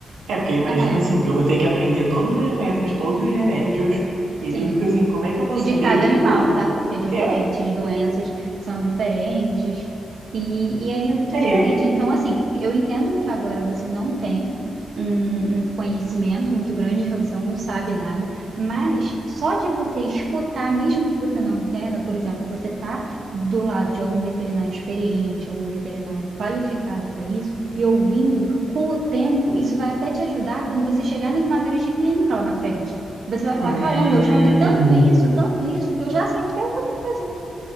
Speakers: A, on the right; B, on the right.
A: É, porque eu imagino
B: não é?
A: assim, que eu vou ter que aprender todas as doenças, todos os remédios, e
B: Sim.
A: eu fico assim, como é que eu vou
B: E
A: saber,
B: de cada
A: tipo,
B: animal, tá? Porque é diferente,
A: é,
B: as doenças são diferentes, e, e aí é muito
A: é,
B: diferente. Então, assim, eu entendo que agora você não tem um, um conhecimento muito grande, <laughs> você não sabe nada, mas só de você escutar, mesmo que você não entenda, por exemplo, você tá do lado de algum veterinário experiente, algum veterinário qualificado para isso, e ouvindo, com o tempo, isso vai até te ajudar quando você chegar nas matérias de clínica lá na frente. Você vai falar,
A: hum,
B: caramba, eu já vi tanto isso, tanto isso, que eu já sei até o que eu tenho que fazer.